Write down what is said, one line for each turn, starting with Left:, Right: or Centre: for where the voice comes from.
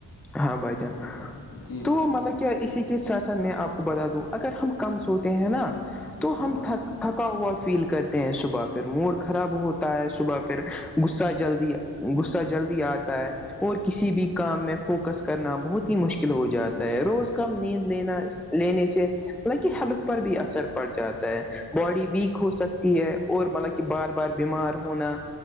Centre: ہاں بھائی جان
Left: جی
Centre: تو
Left: بھائی
Centre: مطلب کیا اسی ساسن میں آپ کو بتا دوں اگر ہم کم سوتے ہیں نا تو ہم
Left: ہاں
Centre: تھک تھکا ہوا فیل کرتے ہیں صبح پھر موڈ خراب ہوتا ہے صبح پھر غصہ جلدی غصہ جلدی آتا ہے اور کسی بھی کام میں فوکس فکس کرنا بہت ہی مشکل ہو جاتا ہے روز کم نیند لینا لینے سے مطلب کہ ہیلتھ پر بھی اثر پڑ جاتا ہے باڈی ویک ہو سکتی ہے اور مطلب کہ بار بار بیمار ہونا